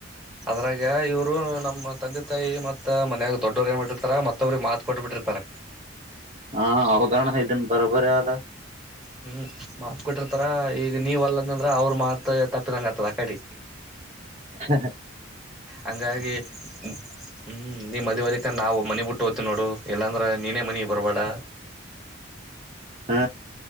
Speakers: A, in the centre; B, on the right.
A: ಅದ್ರಾಗ ಇವ್ರು ನಮ್ಮ ತಂದೆ ತಾಯಿ ಮತ್ತೆ ಮನ್ಾಗ ದೊಡ್ಡವರುಏನ್ ಮಾಡಿರ್ತಾರ ಮತ್ ವ್ರಿ ಮಾತ ಕೊಟ್ ಬಿಿಟ್ಟಿರ್ತಾರ
B: ಹಾ ಹೌದಣ ಐ್ದನ್ ಬರೋ ಬರಿ ಆದದ
A: ಹ್ಮ್ ಮಾತ್ ಕೊಟ್ಟಿರ್ತಾರ ಈಗ ನೀವ್ ಅಲ್ಲಂದಂದ್ರ ಅವ್ರ ಮಾತ್ ತಪ್ಪಿದಂಗ ಆತ್ತದ ಕಡಿ
B: ಹ್ಮ ಹಾ
A: ಹಂಗಾಗಿ ಹ್ಮ ನೀ್ ಮದ್ಲಿಕ ನಾವು ಮನೆ ಬಿಟ್ಟ ೋ್ತಿ ನೋಡು ಇಲ್ಲಾಂದ್ರೆ ನೀನೇ ಮನಿ ಬರ್ಬೇಡ
B: ಹಾ